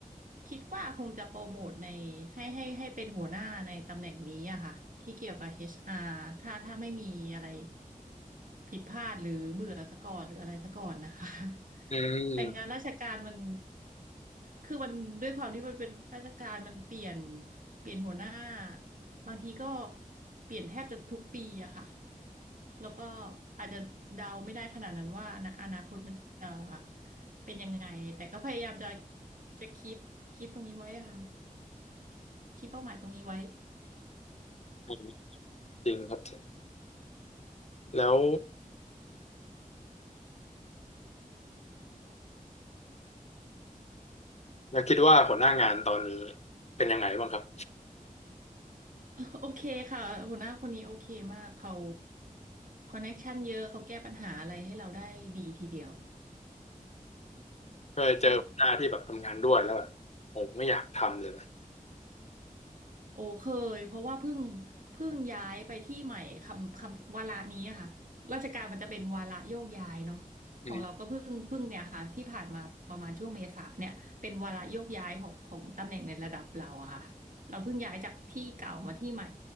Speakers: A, on the right (about 65°); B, on the left (about 50°).
A: คิดว่าคงจะโปรโมทในให้ให้ให้เป็นหัวหน้าในตำแหน่งนี้อะค่ะที่เกี่ยวกับ HR ถ้าถ้าไม่มีอะไรผิดพลาดหรือเบื่อซะก่อนหรืออะไรซะก่อนนะคะ <laughs>
B: อืม
A: แต่งานราชการมันคือมันด้วยความที่มันเป็นราชการมันเปลี่ยนเปลี่ยนหัวหน้าบางทีก็เปลี่ยนแทบจะทุกปีอะค่ะ แล้วก็อาจจะเดาไม่ได้ขนาดนั้นว่าอนาอนาคตมันจะเป็นยังไงแต่ก็พยายามจะจะคีปคีปตรงนี้ไว้ค่ะคีปเป้าหมายตรงนี้ไว้
B: อืมจริงครับแล้วแล้วคิดว่าหัวหน้างานตอนนี้เป็นยังไงบ้างครับ
A: <laughs> โอเคค่ะหัวหน้าคนนี้โอเคมากเขาคอนเน็กชันเยอะเขาแก้ปัญหาอะไรให้เราได้ดีทีเดียว
B: เคยเจอหัวหน้าที่แบบทำงานด้วยแล้วแบบผมไม่อยากทำเลยนะ
A: ใช่ โอ้เคยเพราะว่าเพิ่งเพิ่งย้ายไปที่ใหม่คำคำวาระนี้อะค่ะราชการมันจะเป็นวาระโยกย้ายเนาะของเราก็เพิ่งเพิ่งเนี่ยค่ะที่ผ่านมาประมาณช่วงเมษาเนี่ยเป็นวาระโยกย้ายของของตำแหน่งในระดับเราอะค่ะเราเพิ่งย้ายจากที่เก่ามาที่ใหม่
B: อืม